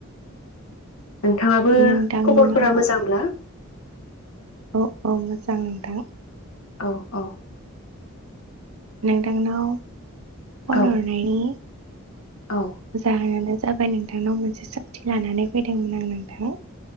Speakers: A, on the left (about 85°); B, on the right (about 85°).
A: नोंथाङाबो
B: नोंथांनाव
A: खबरफोरा मोजांब्ला?
B: औ औ मोजां नोंथां
A: औ औ
B: नोंथांनाव फन
A: औ
B: हरनायनि
A: औ
B: जाहोनानो जाबाय नोंथांनाव मोनसे सोंथि लानानै फैदोंमोन आं नोंथां